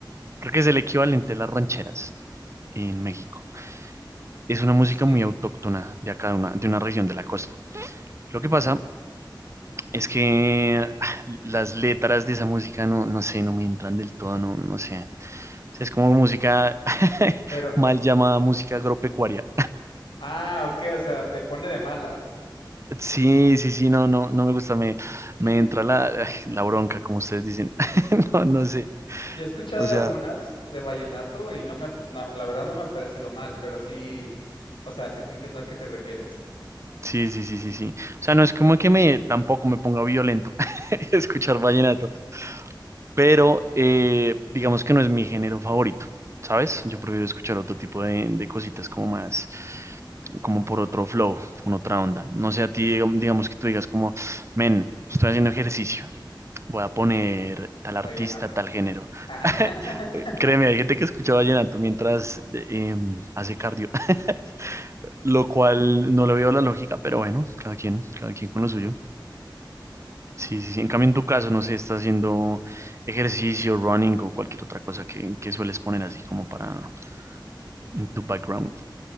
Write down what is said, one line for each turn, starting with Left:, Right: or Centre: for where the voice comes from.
Right: Creo que es el equivalente a las rancheras en México. Es una
Left: Sí,
Right: música muy autóctona de acá, de una, de una región de la costa. Lo que pasa es que <sighs> ah, las letras de esa música no, no sé, no me entran del todo, no, no sé. O sea, es como música <laughs>
Left: pero,
Right: mal llamada música agropecuaria.
Left: ah, ok, o sea, te pone de malas.
Right: Sí, sí, sí, no, no, no me gusta, me, me
Left: <laughs>
Right: entra la, la bronca, como ustedes dicen. <laughs> No, no sé.
Left: Ya he escuchado
Right: O sea.
Left: algunas de vallenato y no me, no, la verdad no me han parecido mal, pero sí, o sea, sí te entiendo a qué te refieres.
Right: Sí, sí, sí, sí, sí. O sea, no es como que me tampoco me ponga violento <laughs> escuchar vallenato, pero eh, digamos que no es mi género favorito, ¿sabes? Yo prefiero escuchar otro tipo de, de cositas como más, como por otro flow, con otra onda. No sé, a ti, digam- digamos que tú digas como, men, estoy haciendo ejercicio, voy a poner tal
Left: Vallenato.
Right: artista, tal género.
Left: Ah,
Right: <laughs>
Left: <laughs>
Right: Créeme, hay gente que escucha vallenato mientras eh, em, hace cardio, <laughs> lo cual no le veo la lógica, pero bueno, cada quien, cada quien con lo suyo. Sí, sí, sí. En cambio, en tu caso, no sé, estás haciendo ejercicio, running o cualquier otra cosa que, que sueles poner así como para en tu background.